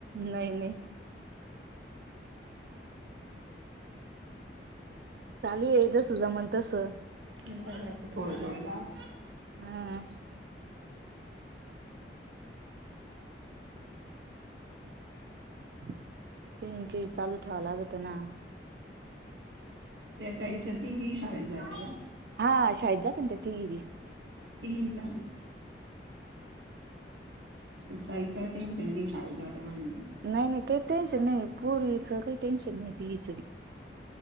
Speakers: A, on the right; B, on the right.
A: नाही नाही चालू आहे जस जमन तस.
B: म थोडं थोडे लाव.
A: हम्. काही ना काही चालू ठेवां लागत ना.
B: त्या तईच्या तिघी शाळेत जात.
A: हा शाही जातंत तिघी भ,
B: तली झाले. त साईसाठी फेणी शालाात म्हणज.
A: नाही नाही काही टेन्शन नाही प पुरीच काही टेन्शन नाही तच